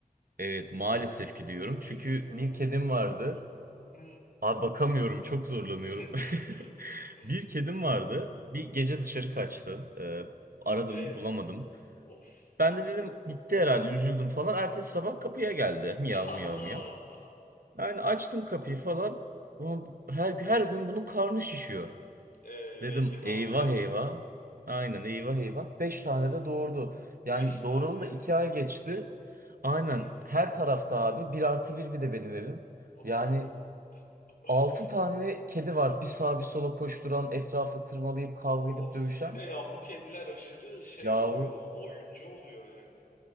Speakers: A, on the right; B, on the left.
A: Evet maalesef ki diyorum.
B: Ciddi
A: Çünkü
B: misin abi
A: bir kedim
B: ya? Nasıl
A: vardı.
B: bak? Hı?
A: Abi bakamıyorum çok zorlanıyorum.
B: <laughs>
A: <laughs> Bir kedim vardı. Bir gece dışarı kaçtı. Ee, aradım
B: Ee?
A: bulamadım.
B: Of.
A: Ben de dedim gitti herhalde üzüldüm falan. Ertesi sabah kapıya geldi. Miyav
B: <laughs> Allah.
A: miyav miyav. Yani açtım kapıyı falan. Ulan her, her gün bunun karnı şişiyor.
B: Ee,
A: Dedim
B: belli hamile.
A: eyvah eyvah. Aynen eyvah eyvah. 5 tane de doğurdu. Yani
B: Beş tane.
A: doğuralı da 2 ay geçti. Aynen
B: Ee?
A: her tarafta abi bir artı bir bir de benim evim.
B: Oo.
A: Yani
B: <laughs>
A: 6 tane kedi var. Bir sağa bir sola koşturan, etrafa tırmalayıp kavga
B: Of.
A: edip dövüşen.
B: Bir de yavru kediler aşırı şey
A: Yavru
B: oluyor. Oyuncu oluyor yani.